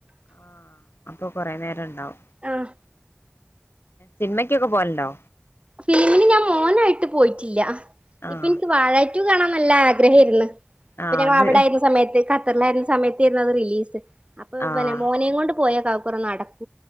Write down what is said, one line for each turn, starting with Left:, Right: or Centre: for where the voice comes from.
Left: ആഹ അപ്പൊ കൊറേ നേരം ഉണ്ടാവും
Right: ആഹ
Left: സിനിമയ്ക്കൊക്കെ പോവലുണ്ടോ
Right: ഫിലിമിന് ഞാൻ മോനായിട്ട് പോയിട്ടില്ല
Left: ആഹ്
Right: ഇപ്പൊ എനിക്ക് വാഴ കാണാൻ നല്ല ആഗ്രഹേരുന്ന് അപ്പ
Left: ആഹ്
Right: ഞങ്ങ-ൾ
Left: അത്
Right: അവിടെ ആയിരുന്ന സമയത്ത് യിരുന്ന സമയത്തായിരുന്നു അതിന്റെ റിലീസ് അപ്പൊ
Left: ആഹ്
Right: പിന്നെ മോനേയും കൊണ്ട് പോയേക്കാം കൊറെ നടക്കുമ്പോ -